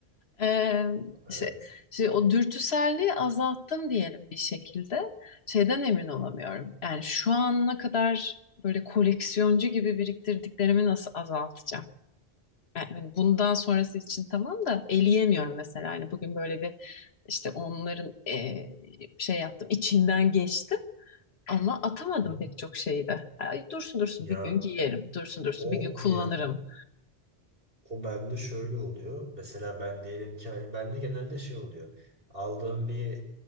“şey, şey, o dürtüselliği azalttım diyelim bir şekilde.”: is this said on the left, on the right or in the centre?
Left